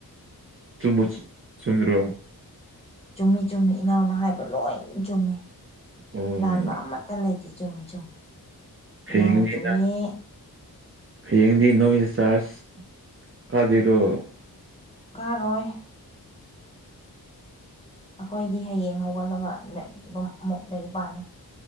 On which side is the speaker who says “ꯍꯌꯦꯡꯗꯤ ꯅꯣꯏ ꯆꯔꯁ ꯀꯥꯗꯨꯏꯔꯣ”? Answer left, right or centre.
Right